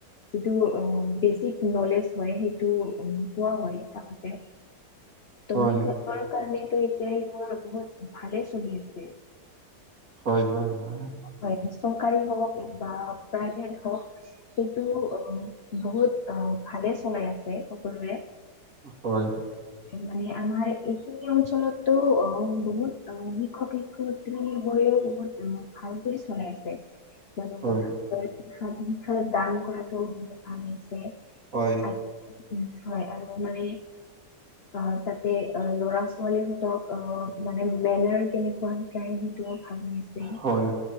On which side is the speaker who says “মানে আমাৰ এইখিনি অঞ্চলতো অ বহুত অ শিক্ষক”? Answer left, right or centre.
Left